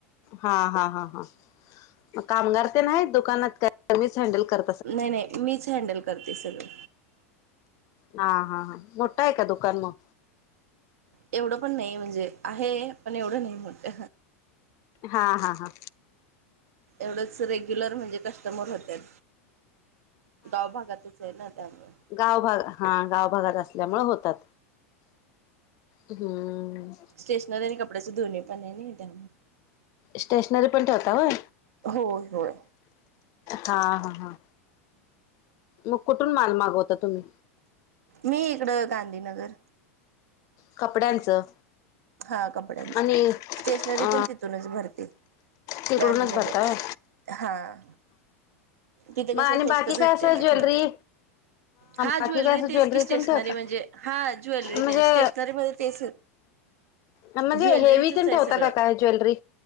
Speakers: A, on the left (about 45°); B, on the right (about 80°).
A: हा ह ह ह म कामगार ते नाही दुकानात का तुमीच हडल कर
B: नाही नाही मीच हॅनडल करते सगळ.
A: हा हा हा मोठा आहे का दुकान मग.
B: एवढं पण नाही म्हणजे आहे पण एवढं नाही मोठ.
A: हा हा हा.
B: एवढच रेग्युलर म्हणजे कस्टमर होत्यात. गाव भागातच आहे ना. त्यामुळे
A: गावभाग हा गाव भागात असल्यामुळे होतात. हम्म!
B: स्टेशनरी आणि कपड्याच धुनी पण आहे नाही, त्या
A: स्टेशनरी पण ठेवता होय
B: होय होय
A: हा हा. ह मग कुठून माल मागवता तुम्ही?
B: मी इकडं गांधीनगर.
A: कपड्यांचं.
B: हा कपड्यांच
A: आणि अ
B: स्टेशनरी पण तिथूनच भरते.
A: तिकडूनच
B: गांधीनगरच
A: भरता होय.
B: हा‌. तिथे
A: मग
B: कसं,
A: आणि
B: स्वस्त
A: बाकी
B: भेटते
A: काय असं
B: ना
A: ज्वेलरी
B: थोडं. हा ज्वेलरी
A: बाकी काय असं
B: तेच की स्टेशनरी
A: तेन ठेवता
B: म्हणजे, हा ज्वेलरी
A: म्हणजे
B: ते स्टेशनर म तेच
A: म्हणजे
B: ज्वेलरीचच
A: हेवी तेन
B: आहे
A: ठेवता
B: सगळं
A: का काय ज्वेलरी?